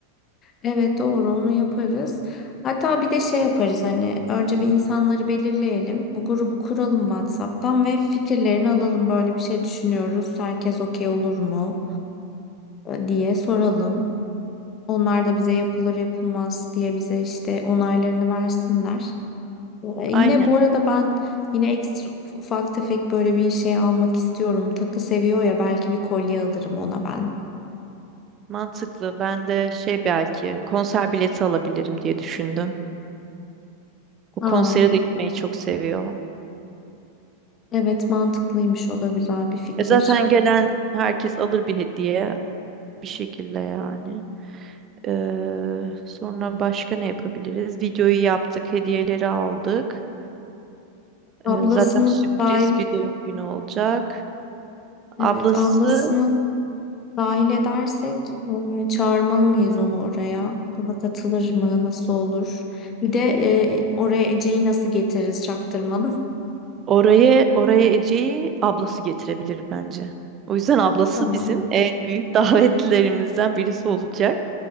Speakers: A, on the left; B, on the right.
A: Evet doğru onu yaparız. Hatta bir de şey yaparız hani önce bir insanları belirleyelim. Bu grubu kuralım WhatsApp'tan ve fikirlerini alalım. Böyle bir şey düşünüyoruz. Herkes okey olur mu e, diye soralım. Onlar da bize yapılır yapılmaz diye bize işte onaylarını versinler. E, yine
B: Aynen.
A: bu arada ben yine ekstra ufak tefek böyle bir şey almak istiyorum. Takı seviyor ya belki bir kolye alırım ona ben.
B: Mantıklı. Ben de şey belki konser bileti alabilirim diye düşündüm. Bu
A: Aa,
B: konsere de gitmeyi çok seviyor.
A: evet mantıklıymış o da güzel bir fikir.
B: E zaten gelen herkes alır bir hediye bir şekilde yani. Eee, sonra başka ne yapabiliriz? Videoyu yaptık, hediyeleri aldık.
A: Ablasını
B: Eee, zaten sürpriz
A: dahil
B: bir doğum günü olacak.
A: Evet,
B: Ablası
A: ablasını dahil edersek e, çağırmalı mıyız onu oraya? O da katılır mı? Nasıl olur? Bir de e, oraya Ece'yi nasıl getiririz çaktırmalı? <laughs>
B: oraya oraya Ece'yi ablası getirebilir bence. O yüzden ablası
A: Tamam.
B: bizim en büyük <laughs> davetlilerimizden birisi olacak.